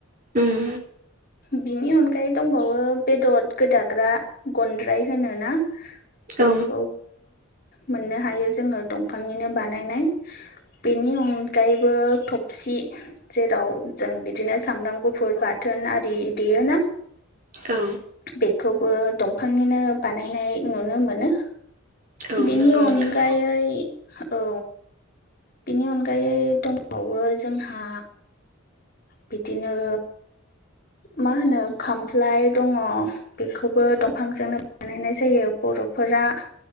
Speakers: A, on the right; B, on the left.
A: उम
B: बिनि अनगायै दंबावो बेदर गोदाग्रा गनद्राय होनोना बेखौ
A: औ
B: मोननो हायो जोङो दंफांनिनो बानायनाय बेनि अन गायैबो थबसि जेराव जों बिदिनो सामब्राम गुफुर बाथोन आरि देयोना
A: औ
B: बेखौबो दंफांनिनो बानायनाय नुनो मोनो
A: औ
B: बेनि
A: नंगौ
B: अनगायै
A: नोंथां
B: औ बिनि अनगायै दंबावो जोंहा बिदिनो मा होनो खामफ्लाय दङ बेखौबो
A: औ
B: दंफांजोंनो बानायनाय जायो बर'फोरा